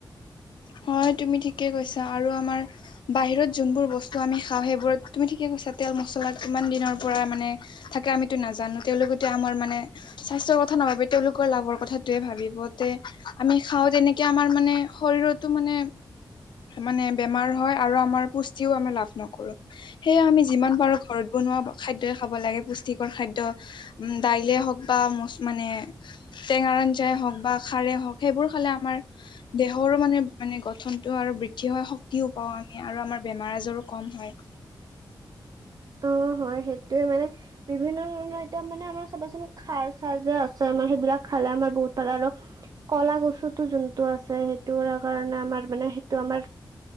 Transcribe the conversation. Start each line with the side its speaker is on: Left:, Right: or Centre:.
Left: হয় তুমি ঠিকেই কৈছা আৰু আমাৰ বাহিৰত যোনবোৰ বস্তু আমি খাওঁ সেইবোৰত তুমি ঠিকে কৈছা তেল মছলা কিমান দিনৰ পৰা মানে থাকে আমিতো নাজানো। তেওঁলোকেটো আমাৰ মানে স্বাস্থ্যৰ কথা নাভাবে তেওঁলোকৰ লাভৰ কথাটোয়ে ভাবি লগতে আমি খাওঁ তেনেকে আমাৰ মানে শৰীৰত তো মানে মানে বেমাৰ হয় আৰু আমাৰ পু টিও আমি লাভ নকৰোঁ, সেয়ে আমি যিমান পাৰোঁ ঘৰত বনোৱা খাদ্যয় খাব লাগে পুষ্টি কৰ খাদ্য উম দাইলে হওঁক বা মোচ মানে টেঙাৰ আঞ্জাই হওঁক বা খাৰে হওঁক সেইবোৰ খালে আমাৰ দেহৰো মানে মানে গঠনটো আৰু বৃদ্ধি হয় শক্তিও পাওঁ আমি আৰু আমাৰ বেমাৰ আজাৰো কম হয়। <inaudible>
Right: অ হয় সেইটোয়ে মানে বিভিন্ন ধৰণৰ এতিয়া মানে আমাৰ চাবাচোন খাৰ চাৰ যে আছে আমাৰ সেইবিলাক খালে আমাৰ বহুত পাল আৰু কলা গছুতো যোনটো আছে সেইটো কাৰণে আমাৰ মানে সেইটো আমাৰ